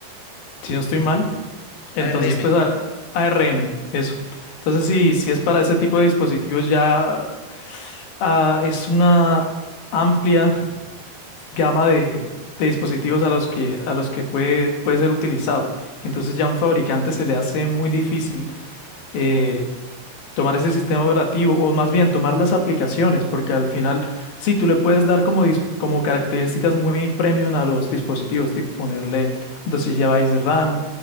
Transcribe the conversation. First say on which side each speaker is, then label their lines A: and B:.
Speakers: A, on the left (about 65°); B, on the left (about 80°).
A: si no estoy mal.
B: Uh -huh.
A: Entonces,
B: ARM.
A: pues a- ARM, eso. Entonces, si, si es para ese tipo de dispositivos, ya ah, es una amplia gama de, de dispositivos a los que, a los que puede, puede ser utilizado. Y entonces ya a un fabricante se le hace muy difícil eh, tomar ese sistema operativo o más bien tomar las aplicaciones, porque al final sí, tú le puedes dar como, dis- como características muy premium a los dispositivos, tipo ponerle 12 gigabytes de RAM,